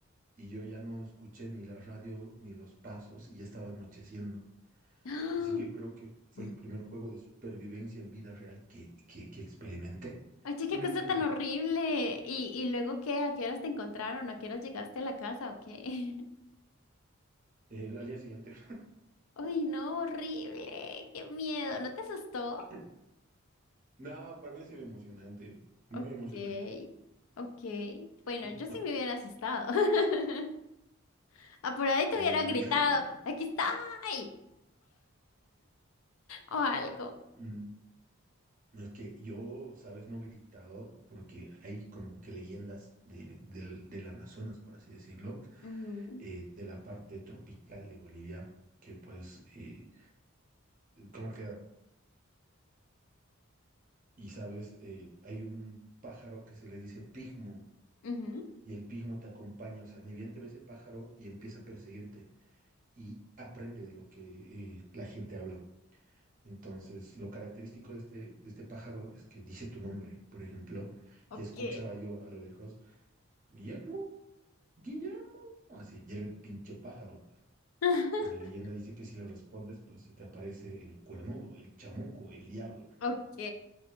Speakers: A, on the right (about 40°); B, on the left (about 75°).
A: y yo ya no escuché ni la radio ni los pasos y ya estaba anocheciendo.
B: <gasps> ¡Ah!
A: Así que creo que fue
B: Mm.
A: el primer juego de supervivencia en vida real que, que, que experimenté
B: Oye, qué
A: y me
B: cosa
A: encantó.
B: tan horrible. ¿Y, y luego qué? ¿A qué horas te encontraron? ¿A qué horas llegaste a la casa o qué?
A: El, al día siguiente.
B: <laughs> Ay, no, horrible. Qué miedo. ¿No te asustó?
A: <laughs> No, para mí ha sido emocionante, muy
B: Ok,
A: emocionante.
B: ok. Bueno,
A: Mm,
B: yo sí
A: ma-
B: me hubiera asustado. <laughs> Ah, por ahí te
A: eh,
B: hubiera gritado,
A: <laughs>
B: aquí está, <laughs> o algo.
A: mm, no es que yo, sabes, no he gritado porque hay como que leyendas de- del, del Amazonas, por así decirlo,
B: Ujú,
A: eh, de la parte tropical de Bolivia, que pues, eh, como que, y sabes, eh, hay un pájaro que se le dice pigmo
B: ujú.
A: y el pigmo te acompaña, o sea, ni bien te ve ese pájaro y empieza a perseguirte. y aprende de lo que eh, la gente habla. Entonces, lo característico de este, de este pájaro es que dice tu nombre, por ejemplo,
B: Ok.
A: y escuchaba yo a lo lejos, Guillermo, Guillermo, así, y era el pinche pájaro, pues.
B: <laughs>
A: Y la leyenda dice que si le respondes, pues se te aparece el cuernudo, el chamuco, el diablo.
B: Ok.